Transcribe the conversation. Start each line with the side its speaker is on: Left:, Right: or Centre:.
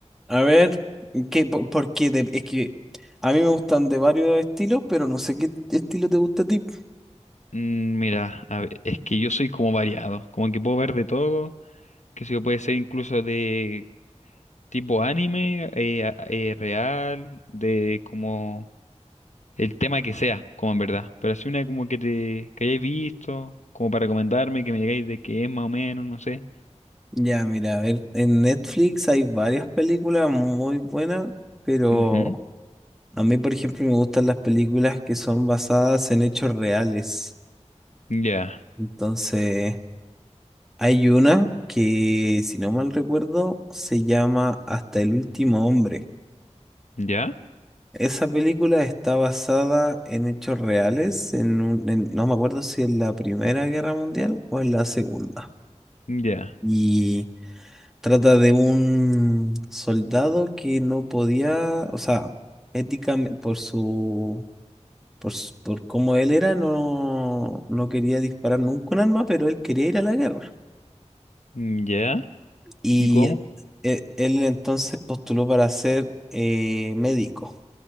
Centre: a ver, ¿qué, por, por de- es que a mí me gustan de varios estilos, pero no sé qué estilo te gusta a ti.
Left: Mm, Mira, a ver, es que yo soy como variado, como que puedo ver de todo, que sé yo, puede ser incluso de tipo anime, eh, eh, real, de como el tema que sea, como en verdad. Pero así una como que te que hayáis visto, como para recomendarme, que me digáis de qué es más o menos, no sé.
Centre: Ya, mira, a ver, en Netflix hay varias películas muy buenas, pero
Left: Ujú.
Centre: a mí, por ejemplo, me gustan las películas que son basadas en hechos reales.
Left: Ya,
Centre: Entonces... Hay una que, si no mal recuerdo, se llama Hasta el último hombre.
Left: ya,
Centre: Esa película está basada en hechos reales, en un- en- no me acuerdo si en la Primera Guerra Mundial o en la Segunda.
Left: ya,
Centre: Y trata de un soldado que no podía, o sea, éticamente, por su, por, su- por cómo él era, no, no quería disparar nunca un arma, pero él quería ir a la guerra.
Left: ya.
Centre: Y
Left: ¿Y cómo?
Centre: en- e- él, entonces postuló para ser eh, médico.